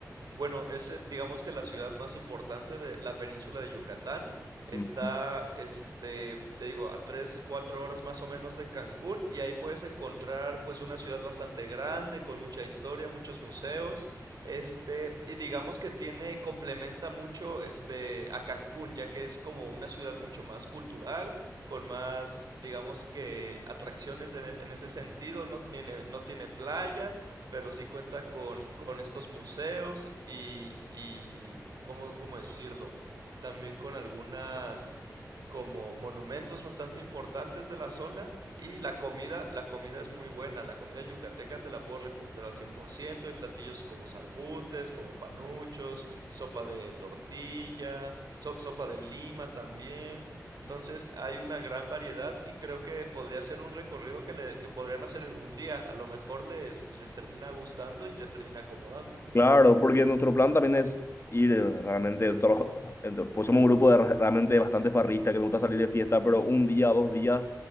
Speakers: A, on the right; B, on the left.
A: Bueno, es el, digamos que la ciudad más importante de la península de Yucatán. Está,
B: Mm.
A: este, te digo, a 3, 4 horas más o menos de Cancún y ahí puedes encontrar pues una ciudad bastante grande, con mucha historia, muchos museos, este, y digamos que tiene, complementa mucho este a Cancún, ya que es como una ciudad mucho más cultural, con más, digamos que atracciones en, e- en ese sentido, no tiene, no tiene playa pero sí cuenta con, con estos museos y, y ¿cómo, cómo decirlo? También con algunas como monumentos bastante importantes de la zona y la comida, la comida es muy buena, la comida yucateca te la puedo recomendar al cien por ciento hay platillos como salbutes, como panuchos, sopa de tortilla, so- sopa de lima también, entonces hay una gran variedad y creo que podría ser un recorrido que, le- que podrían hacer en un día. A lo mejor les, les termina gustando y les termina acomodando.
B: Claro, porque nuestro plan también es ir eh, realmente, nosotros- <laughs> ento- pues somos un grupo de ra- realmente bastante farrista que nos gusta salir de fiesta, pero un día, dos días,